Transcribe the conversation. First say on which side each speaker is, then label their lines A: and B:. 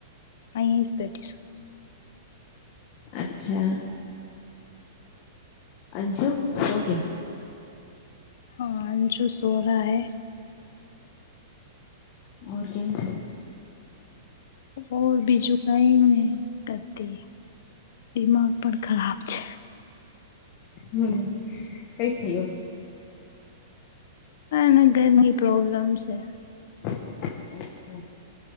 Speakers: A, on the left (about 50°); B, on the left (about 30°).
A: અહીં સ્પેટીશ શું
B: અચ્છા અંશુ શો ક્યા
A: હા અંજુ સોરા હૈ.
B: ઓર કેમ છો?
A: ઓ બીજું કઈ ને કરતી દિમાગ પણ ખરાબ છે.
B: હમ્મ કઈ થયું.
A: ના ઘરની પ્રોબ્લેમ છે.
B: હમ્મ હમ્મ.